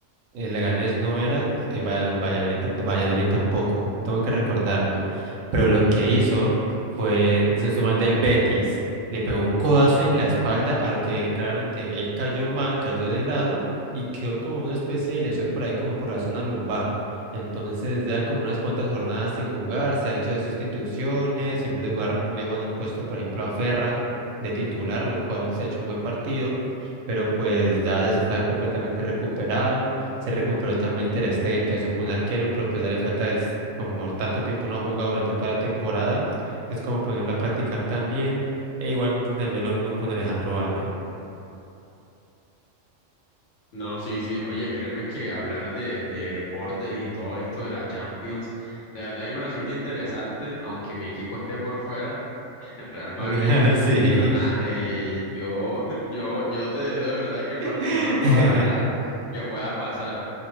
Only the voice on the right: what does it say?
El Leganés no era, el Valla- Valladolid, ta- de Valladolid tampoco, tengo que recordarlo. Pero lo que hizo fue, si no estoy mal, del Betis, le pegó un codazo en la espalda, a lo que claramente él cayó mal, cayó de lado y quedó como una especie de lesión por ahí, como por la zona lumbar. Entonces, ya como unas cuantas jornadas sin jugar, se han hecho de sustituciones, en vez de jugar Lewan han puesto, por ejemplo, a Ferran de titular, lo cual se ha hecho un buen partido, pero pues ya, ya se está completamente recuperado. Se recuperó también Ter Stegen, que es un buen arquero, pero pues ya le falta, es como tanto tiempo no ha jugado durante toda la temporada, es como ponerlo a practicar también. E igualmente también lo mismo con Alejandro Valde.
Porque, <laughs> sí.
<laughs>